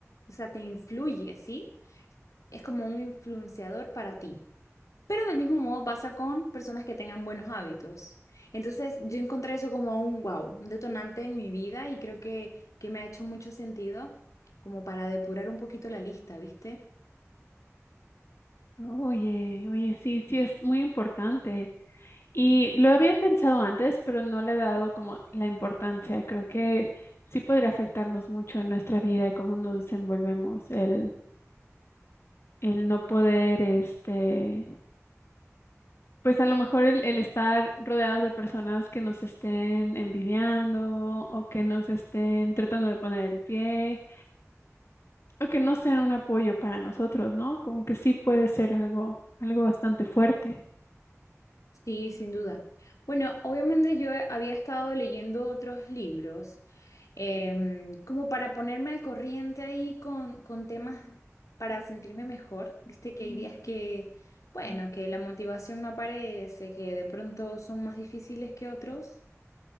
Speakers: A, on the left (about 85°); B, on the left (about 55°).
A: o sea, te influye, ¿sí? Es como un influenciador para ti. Pero del mismo modo pasa con personas que tengan buenos hábitos. Entonces, yo encontré eso como un wow, un detonante en mi vida y creo que, que me ha hecho mucho sentido como para depurar un poquito la lista, ¿viste?
B: Oye, oye, sí, sí, es muy importante. Y lo había pensado antes, pero no le había dado como la importancia. Creo que sí podría afectarnos mucho en nuestra vida y cómo nos desenvolvemos, el, el no poder, este, Pues a lo mejor el, el estar rodeados de personas que nos estén envidiando o que nos estén tratando de poner el pie o que no sean un apoyo para nosotros, ¿no? Como que sí puede ser algo, algo bastante fuerte.
A: Sí, sin duda. Bueno, obviamente yo he- había estado leyendo otros libros, em, como para ponerme al corriente ahí con, con temas para sentirme mejor. Viste que hay días que, bueno, que la motivación no aparece, que de pronto son más difíciles que otros.